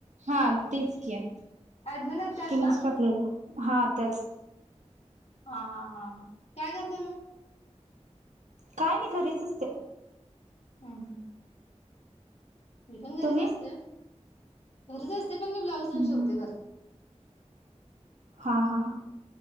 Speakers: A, on the right (about 80°); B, on the left (about 60°).
A: हा तीच की..
B: ऍडमीन आहेत त्याच
A: तिनच
B: ना?
A: टाकलेलं हा त्याच.
B: हा हा हा हा काय करता तुम्ही?
A: काय नाही घरीच असते.
B: हम् हम् मी पण
A: तुम्ही
B: घरीच असतेय. <unintelligible> ते पण मी ब्लाउज
A: हम्म
B: तेन शीवते घरी.
A: हा हा ह